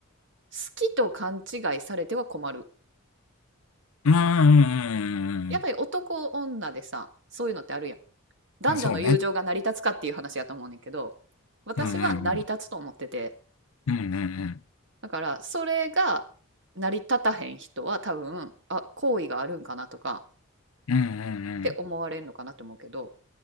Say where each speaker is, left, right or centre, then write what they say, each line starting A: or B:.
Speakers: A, on the right; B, on the left.
A: 好きと勘違いされては困る
B: んうんうんうん
A: やっぱり男女でさ、そういうのってあるやん。男女の友情が成り立つかっていう話やと思うねんけど、
B: うん。あ、そうね。
A: 私は成り立つと思ってて、
B: うんうんうん。うんうんうん。
A: だからそれが成り立たへん人は多分、あ、好意があるんかなとか
B: うんうんうん
A: って思われるのかなと思うけど、